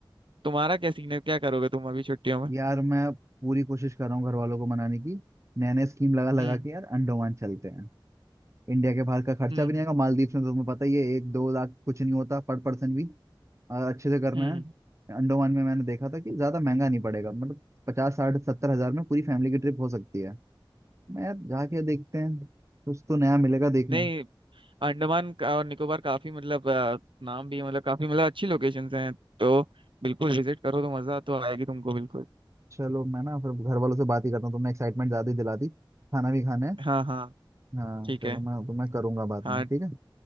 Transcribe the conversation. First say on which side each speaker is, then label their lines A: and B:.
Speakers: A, on the right; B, on the right.
A: तुम्हारा क्या सीन है क्या करोगे तुम अभी छुट्टियों में
B: यार मैं पूरी कोशिश कर रहा हूँ घर वालों को मनाने की नए नए स्कीम लगा लगा
A: हम्म
B: के यार अंडोमान चलते हैं इंडिया के बाहर का खर्चा
A: हम्म
B: भी नहीं
A: हम्म
B: आएगा मालदीव में तो तुम्हें पता ही है एक दो लाख कुछ नहीं होता पर पर्सन भी और अच्छे से करना
A: हम्म।
B: है अंडमान में मैंने देखा था कि ज्यादा महंगा नहीं पड़ेगा मतलब पचास साठ सत्तर हजार में पूरी फैमिली की ट्रिप हो सकती है मैं यार जाके देखते हैं कुछ तो नया मिलेगा देखने
A: नहीं अंडमान का और निकोबार काफी मतलब अ, नाम भी है, मतलब काफी मतलब अच्छी लोकेशंस हैं तो बिल्कुल विजिट करो तो मजा तो आएगी तुमको बिल्कुल
B: चलो मैं ना फिर घर वालों से बात ही करता हूँ तुमने एक्साइटमेंट ज्यादा ही दिला दी खाना भी खाना है
A: हाँ हाँ
B: हाँ
A: ठीक
B: चलो
A: है
B: मैं तुम्हें करूंगा बाद
A: हाँ
B: में ठीक है